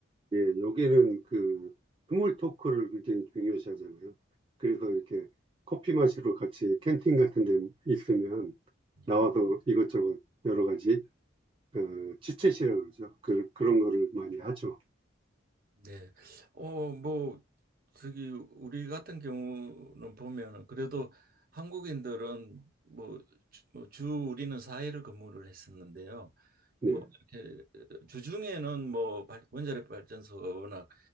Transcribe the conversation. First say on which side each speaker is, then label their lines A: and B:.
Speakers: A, on the right; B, on the right.
A: 예, 여기는 그 스몰 토크를 굉장히 중요시 하잖아요. 그래서 이렇게 커피 마시러 같이 캔팅 같은 데 있으면
B: 예.
A: 나와서 이것저것 여러 가지 어, 치챗이라고 그러죠. 그, 그런 거를 많이 하죠.
B: 네. 어, 뭐, 저기, 우리 같은 경우는 보면은, 그래도 한국인들은 뭐, 주, 뭐주 우리는 4일을 근무를 했었는데요.
A: 네,
B: 뭐 이렇게 어, 주중에는 뭐 발- 원자력 발전소가 워낙